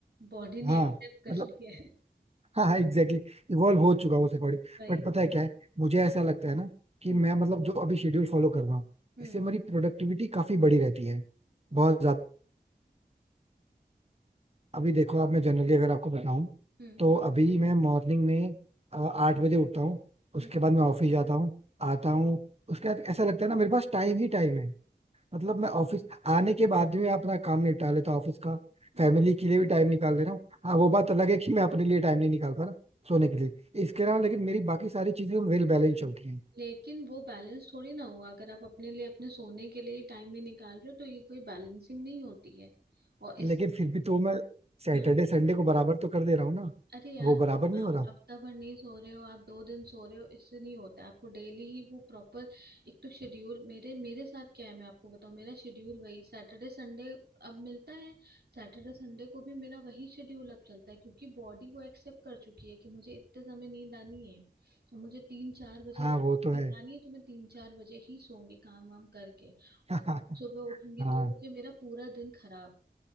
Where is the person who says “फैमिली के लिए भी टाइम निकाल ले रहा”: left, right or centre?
Right